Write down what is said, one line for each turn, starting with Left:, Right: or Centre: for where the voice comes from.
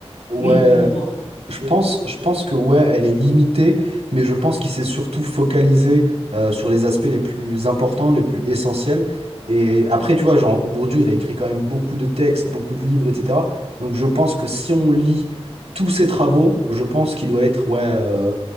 Right: ouais,
Left: Oui, oui, dis-moi.
Right: Je pense, je pense que ouais, elle est limitée, mais je pense qu'il s'est surtout focalisé euh, sur les aspects les plus importants, les plus essentiels. Et après, tu vois, genre, Bourdieu, il a écrit quand même beaucoup de textes, beaucoup de livres, etc. Donc je pense que si on lit tous ses travaux, je pense qu'il doit être ouais, euh,